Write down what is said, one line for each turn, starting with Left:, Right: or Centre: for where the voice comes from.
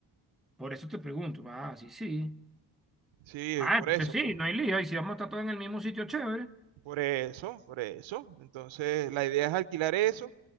Centre: Por eso te pregunto. Ah, sí, sí.
Right: Sí,
Centre: Ah,
Right: por
Centre: entonces
Right: eso,
Centre: sí,
Right: pues.
Centre: no hay lío. Y si vamos a estar todos en el mismo sitio, chévere.
Right: Por eso, por eso. Entonces, la idea es alquilar eso